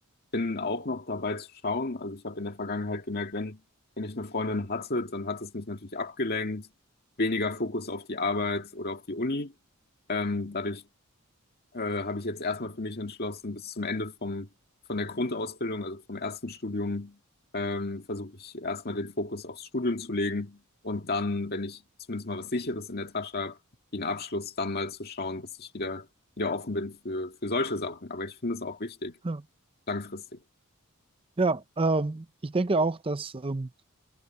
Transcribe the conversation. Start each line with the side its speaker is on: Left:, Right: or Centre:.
Left: bin auch noch dabei zu schauen. Also ich habe in der Vergangenheit gemerkt, wenn, wenn ich eine Freundin hatte, dann hat es mich natürlich abgelenkt, weniger Fokus auf die Arbeit oder auf die Uni. Ähm, dadurch äh, habe ich jetzt erstmal für mich entschlossen, bis zum Ende vom, von der Grundausbildung, also vom ersten Studium, ähm, versuche ich erstmal den Fokus aufs Studium zu legen und dann, wenn ich zumindest mal was Sicheres in der Tasche habe, wie einen Abschluss, dann mal zu schauen, dass ich wieder, wieder offen bin für, für solche Sachen. Aber ich finde es auch wichtig,
Right: Ja,
Left: langfristig.
Right: ja ähm, ich denke auch, dass ähm,